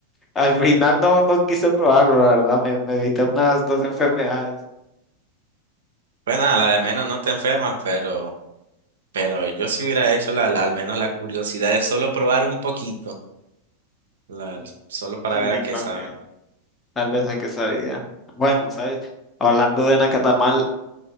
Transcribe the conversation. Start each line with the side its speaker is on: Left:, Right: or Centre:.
Left: al final no, no quise probarlo, la verdad, me, me evité unas dos enfermedades.
Right: Pues nada, la de menos no te enfermas, pero, pero yo sí hubiera hecho la, la- al menos la curiosidad de solo probar un poquito, la-
Left: Mm,
Right: solo para
Left: Sí,
Right: ver a qué
Left: también,
Right: sabe.
Left: tal vez hay que sabía. Bueno, ¿sabes? Hablando de nacatamal,